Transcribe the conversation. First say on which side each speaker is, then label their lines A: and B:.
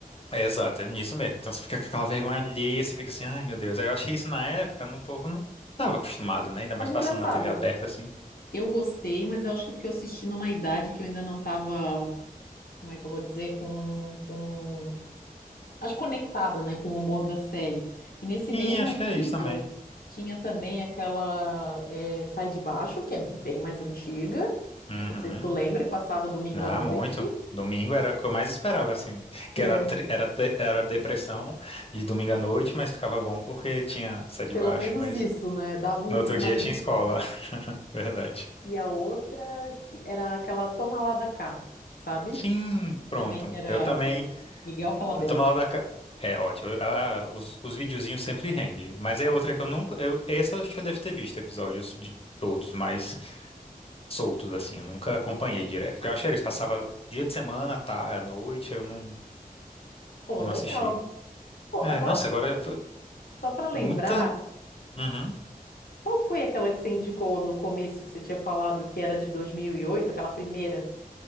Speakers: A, on the left (about 40°); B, on the left (about 80°).
A: É, exato, é nisso mesmo. Então você fica com aquela vergonha alheia, você fica assim, ai meu Deus. Aí eu achei isso na época, no povo não estava acostumado, né? Ainda mais
B: Mas
A: passando
B: engraçado.
A: na TV aberta, assim.
B: Eu gostei, mas eu acho que é porque eu assisti numa idade que eu ainda não estava como é que eu vou dizer, com, com... Acho conectada, né, com o humor da série. E nesse mesmo
A: Sim, acho que
B: nível,
A: é isso também.
B: tinha também aquela eh, Sai de Baixo, que é bem mais antiga.
A: Uhum.
B: Não sei se tu lembra, que passava domingo
A: Ah,
B: à noite.
A: muito. Domingo era o que eu mais esperava, assim. Que
B: É.
A: era, tri- era, te- era depressão de domingo à noite, mas ficava bom porque tinha sede
B: Pelo
A: de baixo,
B: menos
A: mas
B: isso, né? Dava um,
A: no outro dia
B: um alívio.
A: tinha escola. <laughs> Verdade.
B: E a outra que era aquela Toma lá da cá, sabe?
A: Sim, pronto.
B: Também que era
A: Eu também.
B: eh, Miguel Falabella.
A: eu Tô mal da. ca- É ótimo. Ah, os, os videozinhos sempre rende. Mas é outra que eu nunca. Eu, essa eu acho que eu devo ter visto episódios de todos, mas soltos, assim. Eu nunca acompanhei direto. Porque eu achei eles passava dia de semana, tá, à noite, eu não,
B: Pô,
A: não
B: legal.
A: assisti.
B: Pô,
A: É,
B: agora,
A: nossa, agora
B: só para lembrar,
A: Muitas. Uhum.
B: Qual foi aquela que você indicou no começo que você tinha falado que era de 2008, aquela primeira?